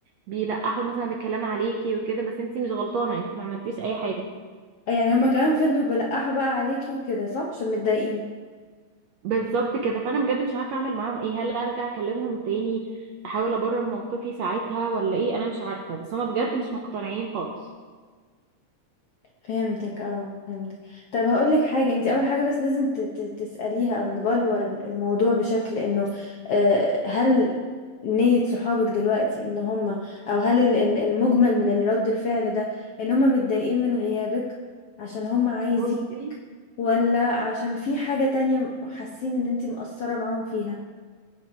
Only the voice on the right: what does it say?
بيلقحوا مثلا بالكلام عليكي وكده بس انت مش غلطانة انت ما عملتيش أي حاجة
بالظبط كده فانا بجد مش عارفه اعمل معاهم ايه هل ارجع اكلمهم تاني احاول ابرر موقفي ساعتها ولا ايه انا مش عارفه بس هما بجد مش مقتنعين خالص
بصي